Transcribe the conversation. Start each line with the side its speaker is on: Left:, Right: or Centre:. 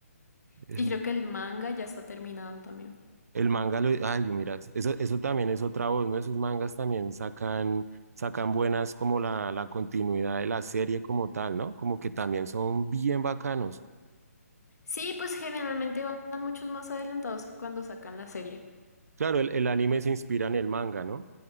Left: <laughs>
Right: Eso.
Left: y creo que el manga ya está terminado también.
Right: El manga lo. Ay, mira, eso, eso también es otra voz, ¿no? Esos mangas también sacan, sacan buenas como la, la continuidad de la serie como tal, ¿no? Como que también son bien bacanos.
Left: Sí, pues generalmente van muchos más adelantados que cuando sacan la serie.
Right: Claro, el, el anime se inspira en el manga, ¿no?